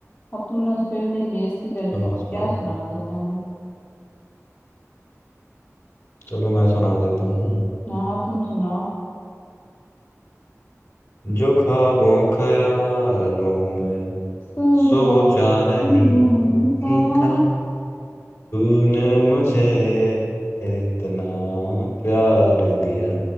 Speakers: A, on the left; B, on the left.
A: अब तुमने उस पर भी मेरी बेइज्जती कर दी
B: सुनाओ
A: तो
B: सुनाओ
A: क्या सुनाऊँ तुम्हें मैं
B: चलो मैं सुना देता हूँ
A: हाँ हाँ तुम सुनाओ
B: जो ख्वाबों ख्यालों में
A: सोचा
B: सोचा नहीं
A: नहीं था
B: था तूने मुझे इतना प्यार दिया